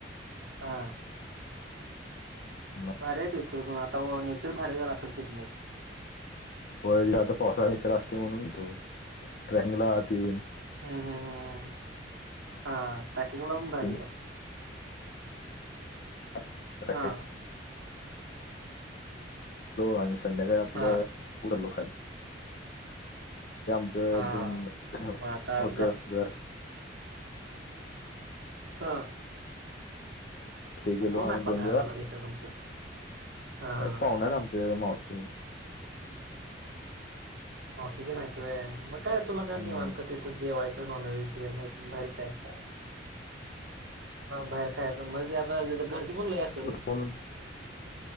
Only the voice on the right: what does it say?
हां.
भारी आहे तिथ प आता नेचर भारी झाल असेल तिथलं.
हम्म हम्म हम्म हम्म ट्रॅकिंगला पण
भारी आहे.
हा
हा
हा हा
मग आता
हा.
कोण
हाय पन्हाळ्याला
<unintelligible> तिथ तुमचं? हा
हा
मावशी तेन हाईत होय मग काय तुला
काय निवांत तिथं जेवायचं नॉनव्हेज तेन भारी जायचं. बाहेर खायाच म्हते आता गर्दी पण लय असत्या सोड.